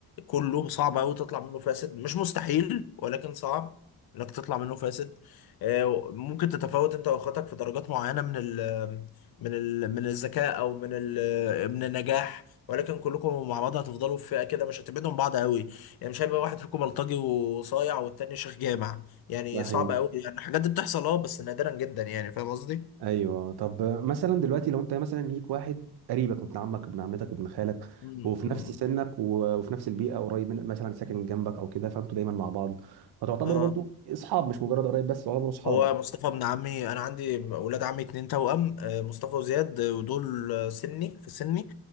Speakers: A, on the left (about 65°); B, on the right (about 70°).
A: كله صعب أوي تطلع منه فاسد مش مستحيل ولكن صعب إنك تطلع منه فاسد آه، ممكن تتفاوت أنت وأخواتك في درجات معينة من ال من ال من الذكاء أو من ال من النجاح ولكن كلكم مع بعض هتفضلوا في فئة كده مش هتبعدوا عن بعض أوي يعني مش هيبقى واحد فيكم بلطجي وصايع والتاني شيخ جامع يعني
B: ده حقيقي
A: صعب قوي يعني الحاجات دي بتحصل اه بس نادرا جدا يعني فاهم قصدي؟
B: ايوه طب مثلا دلوقتي لو انت مثلا ليك واحد قريبك ابن عمك ابن عمتك ابن خالك
A: مم.
B: وفي نفس سنك و- وفي نفس البيئه قريب من مثلا ساكن جنبك او كده فانتوا دايما مع بعض فتعتبروا
A: اه
B: برضو اصحاب مش مجرد قرايب بس تعتبروا اصحاب
A: هو مصطفى ابن عمي انا عندي ولاد عمي اتنين توأم آه، مصطفى وزياد آه، ودول آه، سني في سني